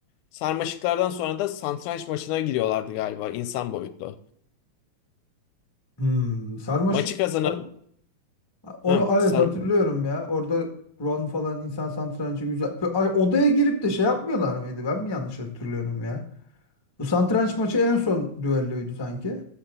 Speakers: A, on the left; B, on the left.
A: Sarmaşıklardan sonra da satranç maçına giriyorlardı galiba insan boyutlu.
B: Hmm, sarmaşık.
A: Maçı kazanı...
B: sar- Onu
A: Hı,
B: evet
A: sar-
B: hatırlıyorum ya. Orada Ron falan insan satrancı güzel. Ay, odaya girip de şey yapmıyorlar mıydı? Ben mi yanlış hatırlıyorum ya? Bu satranç maçı en son düelloydu sanki.